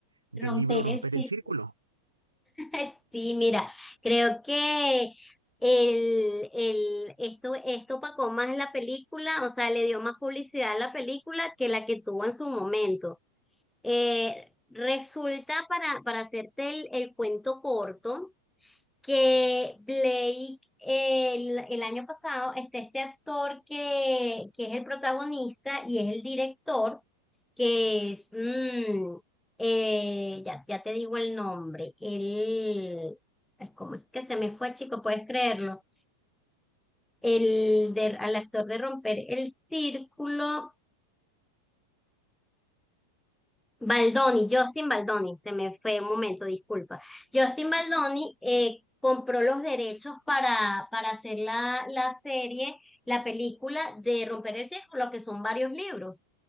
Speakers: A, on the right; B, in the centre.
A: del
B: Romper
A: libro Romper
B: el círculo.
A: el Círculo.
B: <laughs> Sí, mira, creo que el, el, esto, esto opacó más la película, o sea, le dio más publicidad a la película que la que tuvo en su momento. Eh, resulta, para, para hacerte el, el cuento corto, que Blake eh, el, el año pasado está este actor que, que es el protagonista y es el director, que es, mm, eh, ya, ya te digo el nombre, el, ay, ¿cómo es que se me fue, chico? ¿Puedes creerlo? El de, al actor de Romper el Círculo, Baldoni, Justin Baldoni, se me fue un momento, disculpa. Justin Baldoni eh, compró los derechos para, para hacer la, la serie, la película de Romper el Cerco, lo que son varios libros.